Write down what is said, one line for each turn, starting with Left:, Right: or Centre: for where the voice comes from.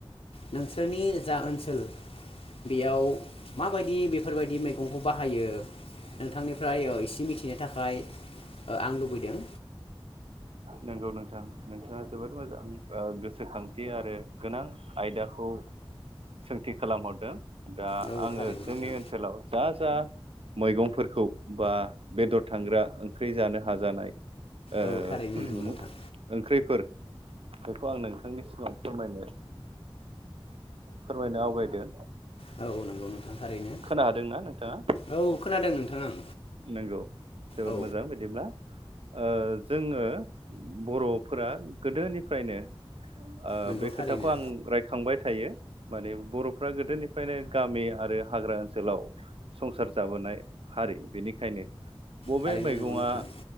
Left: नोंसोरनि जा ओन सोल बेयाव माबायदि बेफोरबायदि मैगंखौ बाहायो नोंथांनिफ्राय एसे मिथि नो थाखाय आं लुबैदों।
Right: नंगौ नोंथां। नोंथाङा जोबोद मोजां ओ गोसोखांथि आरो गोनां आयदाखौ सोंथि खालामहरदों। दा
Left: औ
Right: आङो
Left: थारैनो नोंथां
Right: जोंनि ओनसोलाव जा जा मैगंफोरखौ बा बेदर थांग्रा ओंख्रि जानो हाजानाय ओ
Left: औ थारैनो
Right: ओंख्रिफोर
Left: नंगौ नोंथां
Right: बेखौ आं नोंथांनि सिगाङाव फोरमायनो फोरमायनो आवगायदों।
Left: औ नंगौ नों नों थारैनो
Right: खोना हादोंना नोंथाङा
Left: औ खोनादों नोंथां आं।
Right: नंगौ जोबोद
Left: औ
Right: मोजां बिदिब्ला। ओ जोङो बर'फोरा गोदोनिफ्रायनो ओ
Left: नंगौ
Right: बे
Left: थारैनो
Right: खोथाखौ आं रायखांबाय थायो माने बर'फ्रा गोदोनिफ्रायनो गामि आरो हाग्रा ओनसोलाव संसार जाबोनाय हारि बिनि खायनो बबे
Left: थारैनो
Right: मैगङा
Left: नंगौ नोंथां